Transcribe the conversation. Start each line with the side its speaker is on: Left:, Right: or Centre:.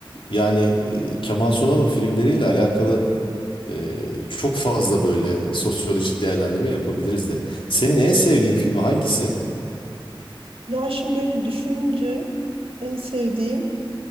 Left: Yani e, Kemal Sunal'ın filmleriyle alakalı e, çok fazla böyle sosyolojik değerlendirme yapabiliriz de. Senin en sevdiğin filmi hangisi?
Right: Ya şimdi böyle düşününce en sevdiğim